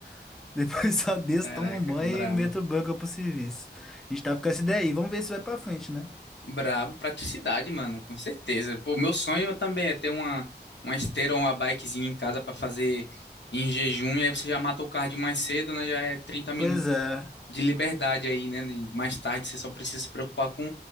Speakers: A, in the centre; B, on the left (about 85°).
A: <laughs> depois só desço,
B: Caraca,
A: tomo um banho
B: bravo.
A: e meto banca pro serviço. A gente tá com essa ideia aí, vamos ver se vai pra frente, né?
B: Brabo, praticidade, mano, com certeza. Pô, meu sonho também é ter uma, uma esteira ou uma bikezinha em casa pra fazer em jejum, e aí você já mata o cardio mais cedo, né? Já é 30 minutos
A: Pois é.
B: de liberdade aí, né? Mais tarde você só precisa se preocupar com